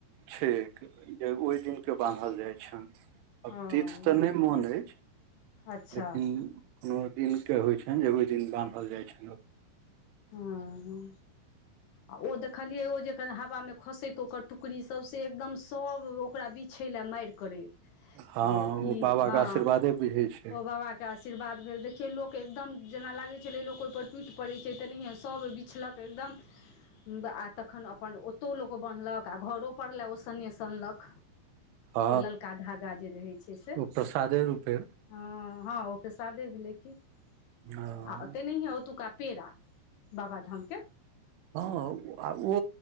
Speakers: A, on the right; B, on the left.
A: छैक जे ओहि दिन के बान्हल जाय छैन आब
B: हँ
A: तिथ तऽ नै मन अछि
B: अच्छा
A: लेकिन एन्हर दिनके होइ छनि जे ओहि दिन बान्हल जाइ छैन ओ
B: हँ आ ओ देखलियै ओ जेखन हवामे खसैत ओकर टुकड़ी सभ से एकदम सभ ओकरा बिछ छैले मारि करैत
A: हँ
B: जे
A: ओ
B: ई
A: बाबाके
B: हँ
A: आशीर्वादे बुझै छै
B: ओ बाबा के आशीर्वाद भेल देखियौ लोक के एकदम जेना लागै छलै लोक ओहिपर टूटि पड़ै छै तेनाहिये सभ ओ बिछलक एकदम आ तखन अपन ओत्तौ लोक बन्हलक आ घरो पर ले ओ सनेश अनलक
A: हँ
B: ओ ललका धागा जे रहै छै से
A: ओ प्रसादे रूपे
B: हँ हँ ओ प्रसादे दे भेलै कि आ
A: हँ
B: ओ तेनैहिये ओतुका पेड़ा बाबाधामके
A: हँ आ ओ